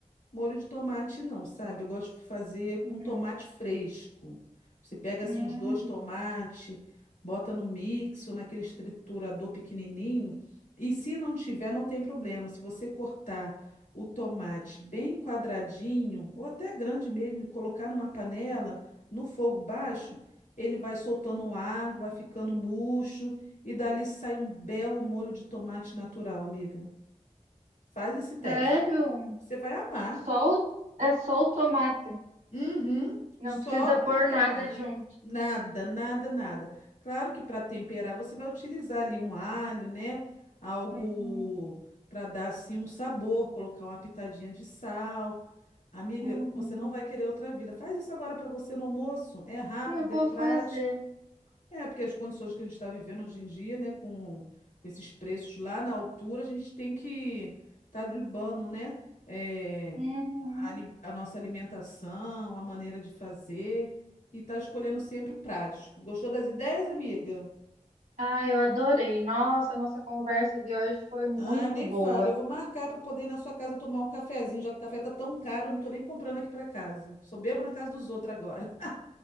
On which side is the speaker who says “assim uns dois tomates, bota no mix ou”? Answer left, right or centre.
Left